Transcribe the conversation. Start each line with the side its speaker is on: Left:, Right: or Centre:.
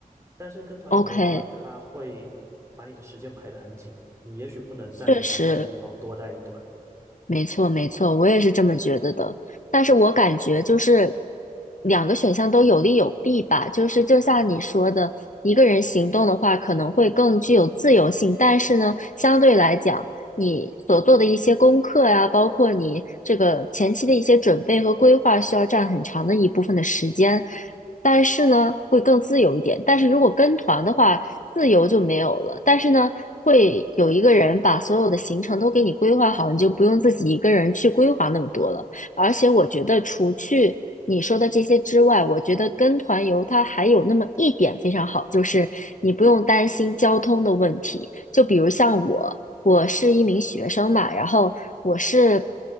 Right: 但是跟团游的话，
Left: ，OK，
Right: 它会把你的时间排得很紧哦，你也许不能在你想待的地方多待一段。
Left: 确实，没错，没错，我也是这么觉得的。但是我感觉就是两个选项都有利有弊吧。就是就像你说的，一个人行动的话可能会更具有自由性，但是呢，相对来讲，你所做的一些功课呀，包括你这个前期的一些准备和规划，需要占很长的一部分的时间。但是呢，会更自由一点。但是如果跟团的话，自由就没有了。但是呢，会有一个人把所有的行程都给你规划好，你就不用自己一个人去规划那么多了。而且我觉得，除去你说的这些之外，我觉得跟团游它还有那么一点非常好，就是你不用担心交通的问题。就比如像我，我是一名学生嘛，然后我是。